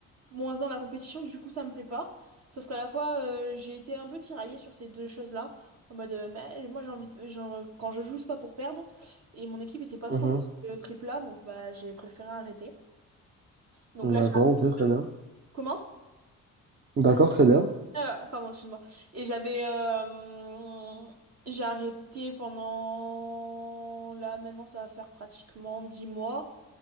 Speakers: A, on the right; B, on the right.
A: moins dans la compétition, du coup ça me plaît pas. Sauf qu'à la fois, euh, j'ai été un peu tiraillée sur ces deux choses-là. En mode, euh, mais moi j'ai envie de, j'en- quand je joue, c'est pas pour perdre. Et mon équipe était pas trop
B: mhm.
A: dans ce trip-là, donc bah j'ai préféré arrêter. Donc
B: D'accord,
A: là,
B: ok, très
A: j'ai.
B: bien.
A: Comment?
B: D'accord, très bien.
A: Euh, pardon, excuse-moi. Et j'avais... euh, j'ai arrêté pendant... Là, maintenant, ça va faire pratiquement 10 mois.